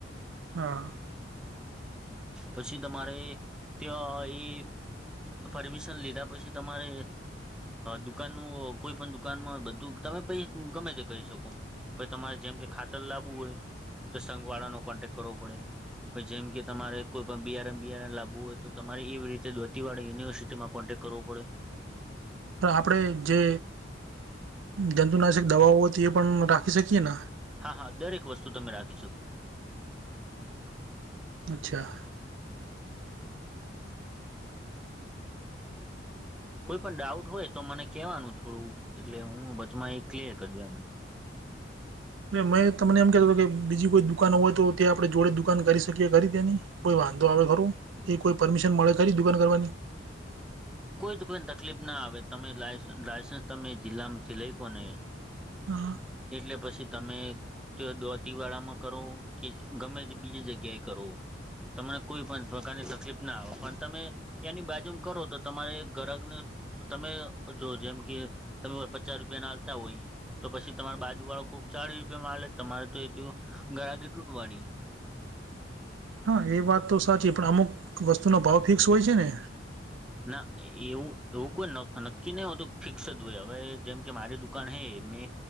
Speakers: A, on the right; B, in the centre.
A: હા
B: પછી તમારે ત્યાં એ પરમિશન લીધા પછી તમારે દુકાન ન કોઈ પણ દુકાનમાં બધું તમે પૈ ગમે તે કરી શકો પ તમારે જેમ કે ખાતર લબવું હોય તો સંઘ વાળાનો કોન્ટેક્ટ કરવો પડે જેમ કે તમારે કોઈ પણ બીઆર એમ બીઆરને લાવવું હોય તો તમારે એવી રીતે દોતીવાળા યુનિવર્સિટીમાં કોન્ટેક્ટ કરવો પડે.
A: આપણે જે જંતુનાશક દવાઓ હતી એ પણ રાખી શકીએ.
B: હા હા દરેક વસ્તુ તમે રાખી શકો.
A: અચ્છા
B: કોઈ પણ ડાઉટ હોય તો મને કહેવાનું થોડું એટલે હું બચમાં એ ક્લિયર કરી દઉ એમ
A: મેં તમને એમ કતો હતો કે બીજી કોઈ દુકાન હોય, તો તે આપણેે જોડે દુકાન કરી શકીએ ખરી તેની કોઈ વાંધો આવે ખર કે કોઈ પરમિશન મળે ખરી દુકાન કરવાની
B: કોઈ જ કોઈને, તકલીફના આવે તમે લાયસન્સ તમે જિલ્લામાંથી લઈ, કો ને
A: હા
B: એટલે પછી, તમે તો દોતીવાળામાં કરો કે ગમે તે બીજી જગ્યાએ કરો તમને કોઈ પણ પ્રકારની તકલીફ ના આવે, પણ તમે ત્યાંની બાજુ કરો તો તમારે ગ્રાહકને તમે જો જેમ કે તમે પચાસ રૂપિયા આલતા હોય, તો પછી તમારા બાજુ વાળો કોઈક ચાળી રૂપિયામા આલે તમારે તો એથી ગ્રાહકી તૂટવાની
A: હા, એ વાત તો સાચી પણ અમુક વસ્તુનો ભાવ ફિક્સ હોય છેને.
B: ના એવું કોઈ નક્કી નહી, હો તો ફિક્સ જ હોય હવે જેમ કે મારી દુકાન હૈ મે